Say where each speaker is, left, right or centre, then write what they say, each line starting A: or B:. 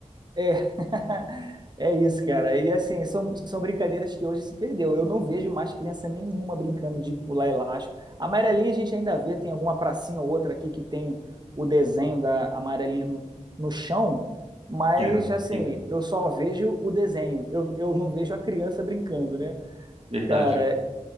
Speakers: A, on the right (about 35°); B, on the right (about 50°).
A: é, <laughs> é isso, cara. E assim, são, são brincadeiras que hoje se perdeu. Eu não vejo mais criança nenhuma brincando de pular elástico. A amarelinha a gente ainda vê, tem alguma pracinha ou outra aqui que tem o desenho da amarelinha no, no chão, mas
B: É,
A: assim,
B: sim.
A: eu só vejo o desenho. Eu, eu não vejo a criança brincando, né?
B: Verdade.
A: Cara,